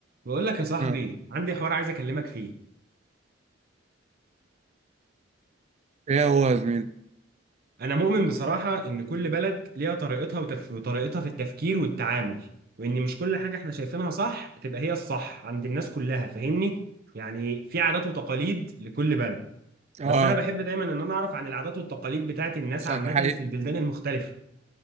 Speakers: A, on the right; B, on the right.
A: بقول لك يا صاحبي
B: آه.
A: عندي حوار عايز اكلمك فيه
B: ايه هو يا زميلي
A: انا مؤمن بصراحة ان كل بلد ليها طريقتها وتف... وطريقتها في التفكير والتعامل وان مش كل حاجة احنا شايفينها صح تبقى هي الصح عند الناس كلها فاهمني يعني في عادات وتقاليد لكل بلد
B: اه
A: بس انا بحب دايما ان انا اعرف عن العادات والتقاليد بتاعت الناس
B: صح
A: عامة
B: دي حقيقة
A: في البلدان المختلفة